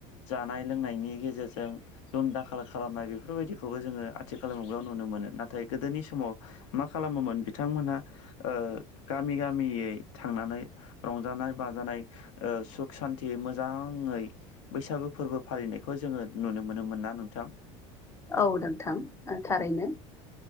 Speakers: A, on the left; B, on the left.
A: जानाय लोंनायनि गेजेरजों दुमदाखाल खालामनाय बेफोरबायदिखौबो जोङो आथिखाल मुगायाव नुनो मोनो नाथाय गोदोनि समाव मा खालामोमोन बिथांमोनहा ओ गामि गामियै थांनानै रंजानाय बाजानाय ओ सुख शान्तियै मोजाङै बैसागु फोरबो फालिनायखौ जोङो नुनो मोनोमोन ना नोंथां।
B: औ नोंथां थारैनो।